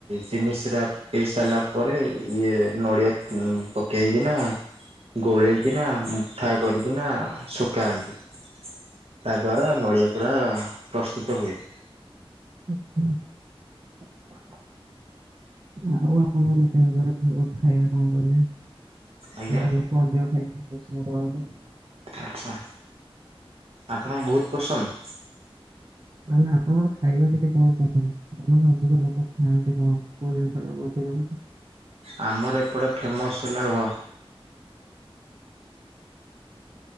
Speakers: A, on the right; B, on the right.
A: ଚିନି ସିରା ପିଇ ସାରିଲା ପରେ ଇଏ ନଡିଆ ପକେଇକିନା ଗୋଳେଇକିନା ମୁଠା କରିକିନା ଶୁଖାନ୍ତି। ତା ଦ୍ୱାରା ନଡ଼ିଆ କୋରା ପ୍ରସ୍ତୁତ ହୁଏ।
B: ହୁଁ ହୁଁ। <inaudible> ଆଉ ଆପଣଙ୍କ କେ ଘରେ <unintelligible> ଖାଇବା କଣ କଲେ।
A: ଆଜ୍ଞା
B: ସେଗୁଡ଼ା ଲୋକ ଅଧିକ ଖାଇବା ପାଇଁ ପସନ୍ଦ କରନ୍ତି।
A: ଆଛା ଆପଣଙ୍କୁ ବହୁତ ପସନ୍ଦ।
B: ମାନେ ଆପଣଙ୍କର ଖାଇବା ସେଠି କଣ କଣ? ମାନେ ଅଧିକ ଲୋକ ଖାଆନ୍ତି କଣ? କୋଉ ଜିନିଷଟା କୁ ଅଧିକ
A: ଆମର ଏପଟେ ଫେମସ୍ ହେଲା ଘ